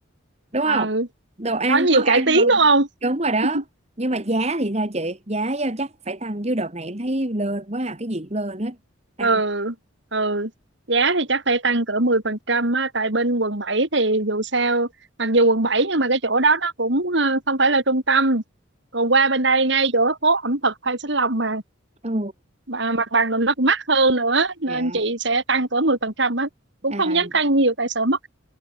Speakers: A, on the right; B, on the right.
A: đúng không
B: Ờ,
A: đồ ăn
B: có nhiều
A: món
B: cải
A: ăn
B: tiến
A: rồi
B: đúng không
A: đúng rồi đó
B: <laughs>
A: nhưng mà giá thì sao chị giá chắc phải tăng chứ đợt này em thấy lên quá à cái gì cũng lên hết tăng
B: ừ ừ giá thì chắc phải tăng cỡ 10% á tại bên quận 7 thì dù sao mặc dù quận 7 nhưng mà cái chỗ đó nó cũng ờ, không phải là trung tâm còn qua bên đây ngay chỗ phố ẩm thực Phan Xích Long mà
A: ừ
B: Và mặt bằng nó cũng mắc hơn nữa nên
A: dạ
B: chị sẽ tăng cỡ 10% á cũng
A: à
B: không dám tăng nhiều tại sợ mất